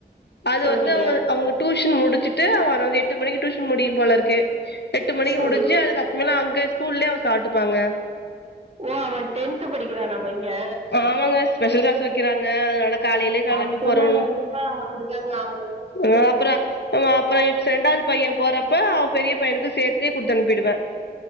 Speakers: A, on the left; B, on the right.
A: அது
B: சரிங்க
A: வந்து அவுங்க அவங்க டூஷன் முடுச்சுட்டு அவன எட்டு மணிக்கு டூஷன் முடியு போலருக்கு எட்டு மணிக்கி
B: சரி
A: முடுஞ்சு அதுக்கு அப்பமேலா அங்க ஸ்கூல்லே அவ சாப்ட்டுப்பாங்க
B: ஓ அவெ டென்த் படிக்கிறானா பையெ
A: ஆமாங்க ஸ்பெஷல் கிளாஸ் வைக்கிறாங்க அதுனால காலைலே கெளம்பி
B: அப்பனா
A: போறோ
B: கண்டிப்பா அப்படிதாங்க ஆகும்.
A: அ அப்பறோ அவ அப்பறொ எப்ஸ் ரெண்டாவ்து பையெ போறப்ப அவ பெரிய பையனுக்கு சேத்தே குடுத்து அனுப்பிடுவே